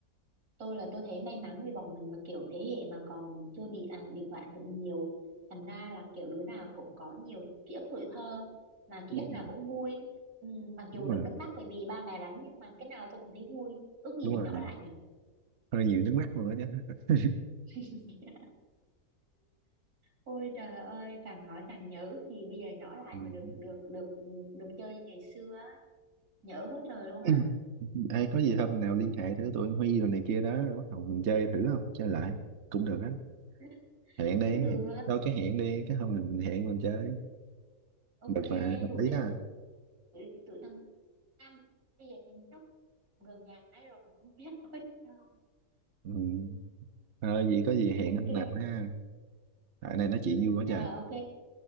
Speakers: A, on the right; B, on the right.
A: tôi là tôi thấy may mắn vì bọn mình là kiểu thế hệ mà còn chưa bị à, điện thoại ảnh hưởng nhiều thành ra là kiểu đứa nào cũng có nhiều ký ức tuổi thơ mà ký
B: đúng
A: ức nào
B: rồi
A: cũng vui ừ, mặc dù
B: đúng rồi
A: đẫm nước mắt bởi vì ba mẹ đánh nhưng mà cái nào tôi cũng thấy vui ước gì
B: đúng
A: mình
B: rồi
A: nhỏ lại nhỉ
B: hơi nhiều nước mắt rồi đó chứ
A: <laughs> ôi trời ơi càng nói càng nhớ ước gì bây giờ nhỏ lại
B: <laughs>
A: mà được được được được chơi như ngày xưa á. nhớ quá trời luôn á
B: Ừ. Ừ. ai có gì hôm nào liên hệ thử tụi anh Huy rồi này kia đó rồi bắt đầu mình chơi thử không chơi lại cũng được á
A: <laughs>
B: hẹn đi
A: cũng được
B: hẹn. đâu cái hẹn đi cái hôm
A: cũng
B: này mình hẹn mình chơi
A: ok
B: được mà hợp
A: rủ
B: lý
A: tên
B: đó
A: tụi tụi thằng Nam bây giờ gần nhà ấy rồi không biết nói sao
B: ừ. Ờ, gì có gì hẹn
A: ok
B: hôm nào ha. Tại này nói chuyện
A: ừ,
B: vui quá
A: rồi
B: trời.
A: ok